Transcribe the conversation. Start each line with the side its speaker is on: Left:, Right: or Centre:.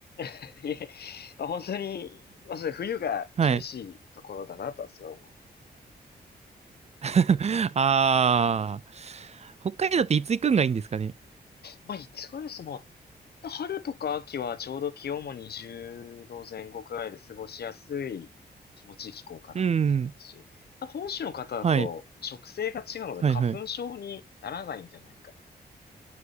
Left: ね。<laughs> いえ、まあ、本当に、まあ、それ冬が厳しいところだなとはすごい思いますね。
Right: はい。<laughs> あー。北海道っていつ行くんがいいんですかね
Left: まあ、いつぐらいですまあ、春とか秋はちょうど気温も20度前後くらいで過ごしやすい気持ちいい気候かなと思いますし、
Right: うん。
Left: 多分本州の方だと食性が違うので花粉症にならないんじゃないかな。
Right: はい。はいはい。